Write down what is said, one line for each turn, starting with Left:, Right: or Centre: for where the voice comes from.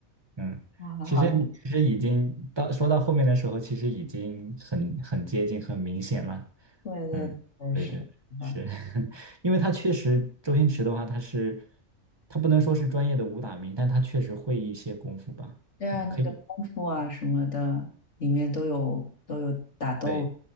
Right: 嗯，
Left: 啊还好，
Right: 其实其实已经到说到后面的时候，其实已经很很接近、很明显了。
Left: 对对对，
Right: 嗯，对对，
Left: 是的，
Right: 是 <laughs> 因为他确实周星驰的话，他是他不能说是专业的武打名，但他确实会一些功夫吧。
Left: 对啊，
Right: 嗯，
Left: 那个功夫啊什么的，
Right: 可以，
Left: 里面都有都有打斗
Right: 对